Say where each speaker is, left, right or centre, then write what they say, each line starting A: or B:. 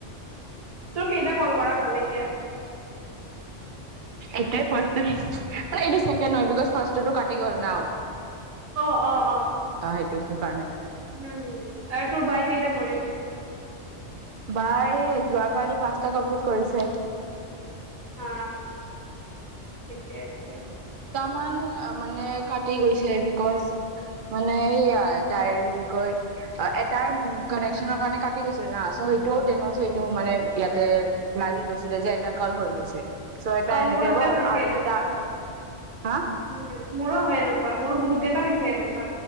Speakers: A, on the right; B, on the right.
A: তোৰ কেইটা কল কৰা হ'ল এতিয়া
B: এটাই ফাৰ্ষ্ট <inaudible> মান এইটো ছেকেড হয় বিকজ ফাৰ <inaudible> কি গ'ল ন
A: অ অ অ
B: সেইটো সেইকাৰণে
A: উ আৰু তোৰ বাই কেইটা কৰিল
B: বাই যোৱাকালি পাঁচটা কমপ্লিট কৰিছে
A: হা
B: <unintelligible>
A: ঠিকে আছে
B: মান মানে কাটি গৈছে বিকজ মানে এইয়া তাইৰ কি কয় এটাই কানেকশচনৰ কাৰণে কাটি গৈছিল না চ' সেইটোও ডনৰ সেইটো মানে ইয়াতে লাগি গৈছিলে যে এটা কাল হৈ গৈছে ছয়টা
A: অ
B: এনেকে
A: মোৰ তাতে
B: গ'ল
A: হৈছে
B: আৰু
A: এনেকুৱা
B: এটা হা
A: উম, মোৰো হয় এনেকুৱা মোৰ মোৰ বহুত কেইটা হৈছে এনেকুৱা।